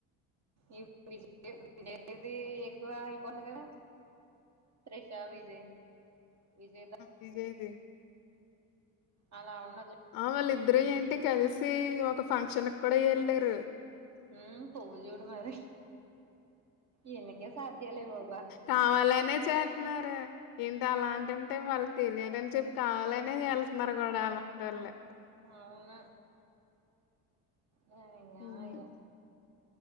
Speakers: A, on the right (about 45°); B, on the left (about 75°).
A: ఈ విజ <inaudible> విజయ్ ది ఎక్కువ అయిపోయింది కదా త్రిషా విజయ్ విజయ్ ద
B: విజయ్ ది
A: అలా ఉన్
B: ఆ వాళ్ళిద్దరే ఏంటి కలిసి ఒక ఫంక్షన్ కూడా ఎళ్లారు
A: హ్మ్ పూవు జూడు మరి ఈళ్ళకే సాధ్యాలే బాబా
B: కావలనే చేత్నారా ఏంటి అలాంటుంటే వాళ్ళకి తెలియదని చెప్పి కావాలనే వెళ్తున్నారు గూడా అలాంటోళ్లే
A: అవునా యా యా
B: హ్మ్.
A: యో